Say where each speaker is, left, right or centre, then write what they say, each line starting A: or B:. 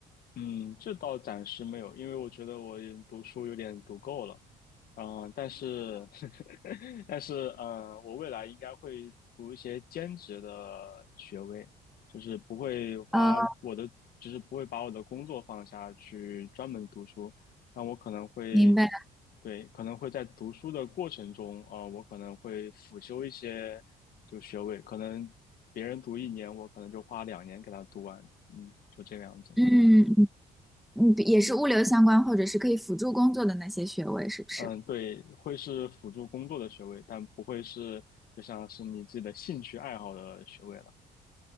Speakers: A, on the left (about 60°); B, in the centre.
A: 嗯，这倒暂时没有，因为我觉得我也读书有点读够了，啊，但是，<laughs> 但是，呃，我未来应该会读一些兼职的学位，就是不会花我的，
B: 呃，
A: 就是不会把我的工作放下去专门读书，那我可能会，
B: 明白。
A: 对，可能会在读书的过程中，啊，我可能会辅修一些就学位，可能别人读一年，我可能就花两年给他读完，嗯，就这个样子。
B: 嗯，你你也是物流相关，或者是可以辅助工作的那些学位，是不是？
A: 嗯，对，会是辅助工作的学位，但不会是就像是你自己的兴趣爱好的学位了。